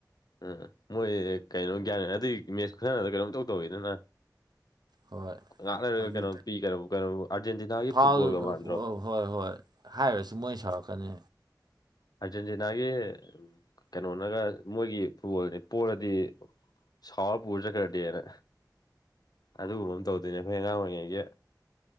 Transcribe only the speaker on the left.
ꯎꯝ ꯃꯣꯏ ꯀꯩꯅꯣ ꯒ꯭ꯌꯥꯟꯅꯦ ꯑꯗꯨꯗꯤ ꯃꯦꯠꯁ ꯈꯨꯠꯁꯅꯗ ꯀꯩꯅꯣꯝꯇꯧ ꯇꯧꯋꯤꯗꯅ
ꯉꯥꯛꯅꯔꯒ
ꯀꯩꯅꯣ ꯄꯤ ꯀꯩꯅ ꯀꯩꯅꯕꯨ ꯑꯥꯔꯖꯦꯟꯇꯤꯅꯥꯒꯤ
ꯐꯨꯠꯕꯣꯜꯒ ꯃꯥꯟꯗ꯭ꯔꯣ
ꯑꯥꯔꯖꯦꯟꯇꯤꯅꯥꯒꯤ ꯀꯩꯅꯣꯅꯒ ꯃꯣꯏꯒꯤ ꯐꯨꯠꯕꯣꯜꯅꯤ ꯄꯣꯂꯗꯤ ꯁꯥꯎ ꯄꯖ ꯀꯗꯦꯅ ꯑꯗꯨꯒꯨꯝꯕ ꯑꯃ ꯇꯧꯗꯣꯏꯅꯦ ꯑꯩꯈꯣꯏ ꯑꯉꯥꯡ ꯑꯣꯏꯔꯤꯉꯩꯁ